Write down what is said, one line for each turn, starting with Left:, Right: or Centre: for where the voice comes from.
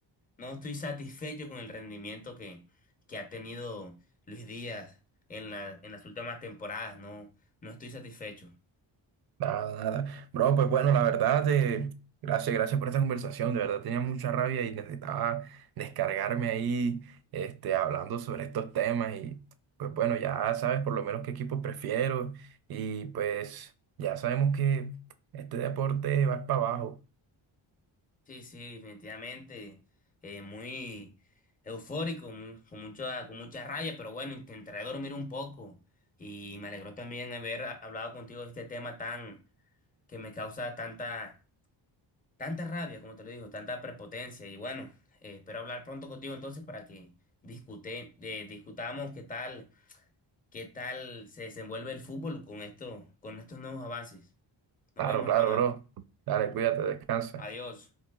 Left: no estoy satisfecho con el rendimiento que, que ha tenido Luis Díaz en la, en las últimas temporadas, no, no estoy satisfecho.
Right: Nada, nada. Bro, pues bueno, la verdad, eh, gracias, gracias por esta conversación. De verdad tenía mucha rabia y necesitaba descargarme ahí, este, hablando sobre estos temas y pues bueno, ya sabes por lo menos qué equipos prefiero y pues ya sabemos que este deporte va para abajo.
Left: Sí, sí, definitivamente. eh, muy eufórico, mu- con mucha, con mucha raya, pero bueno, intentaré dormir un poco. Y me alegró también haber ha- hablado contigo de este tema tan, que me causa tanta, tanta rabia, como te lo digo, tanta prepotencia. Y bueno, eh, espero hablar pronto contigo entonces para que discute, eh, discutamos qué tal, qué tal se desenvuelve el fútbol con esto, con estos nuevos avances. Nos
Right: Claro,
Left: vemos,
Right: claro,
Left: Ronald.
Right: bro. Dale, cuídate, descansa.
Left: Adiós.